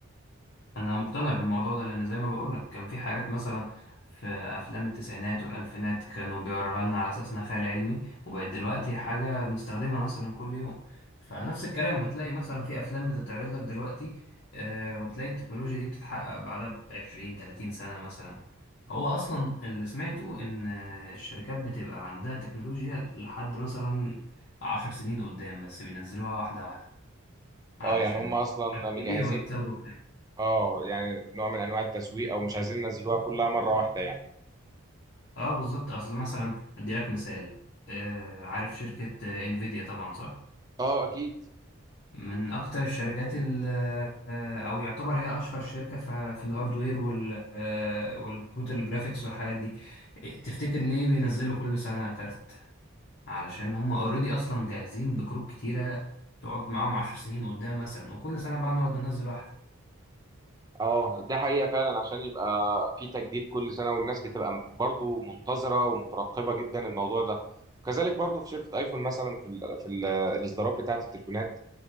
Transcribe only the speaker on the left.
انا مقتنع بالموضوع ده لان زي ما بقولك كان في حاجات مثلا في افلام التسعينات والالفينات كانوا بيوروها لنا على اساس انها خيال علمي وبقت دلوقتي حاجه بنستخدمها مثلا كل يوم فنفس الكلام هتلاقي مثلا في افلام بتتعرض لك دلوقتي آه وتلاقي التكنولوجيا دي بتتحقق بعدها ب 20 30 سنه مثلا هو اصلا اللي سمعته ان آه، الشركات بتبقى عندها تكنولوجيا لحد مثلا عشر سنين قدام بس بينزلوها واحده واحده علشان
يبيعوا ويكسبوا
اه بالظبط اصل مثلا ادي لك مثال آه عارف شركة آه انفيديا طبعا صح
من اكتر الشركات ال- آه او يعتبر هي اشهر شركة ف- في الهاردوير وال آه والكروت الجرافيكس والحاجات دي تفتكر ليه بينزلوا كل سنة كارت علشان هم اوريدي اصلا جاهزين بكروت كتيرة تقعد معاهم عشر سنين قدام مثلا وكل سنة بقى نقعد ننزل واحدة